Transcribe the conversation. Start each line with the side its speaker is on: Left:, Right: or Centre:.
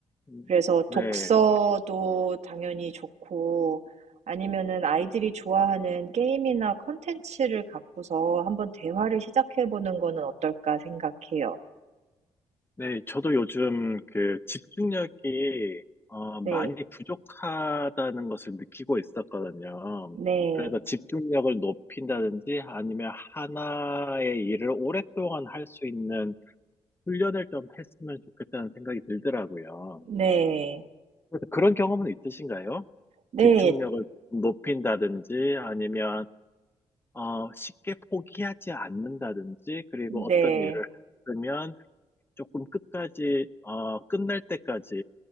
Left: 음,
Right: 그래서
Left: 네.
Right: 독서도 당연히 좋고 아니면은 아이들이 좋아하는 게임이나 컨텐츠를 갖고서 한번 대화를 시작해 보는 거는 어떨까 생각해요.
Left: 네. 저도 요즘 그 집중력이 어, 많이
Right: 네,
Left: 부족하다는 것을 느끼고 있었거든요.
Right: 네,
Left: 그래서 집중력을 높인다든지 아니면 하나의 일을 오랫동안 할 수 있는 훈련을 좀 했으면 좋겠다는 생각이 들더라고요.
Right: 네,
Left: 그래서 그런 경험은 있으신가요?
Right: 네,
Left: 집중력을 높인다든지 아니면 어, 쉽게 포기하지 않는다든지 그리고
Right: 네,
Left: 어떤 일을 하면 조금 끝까지 어, 끝날 때까지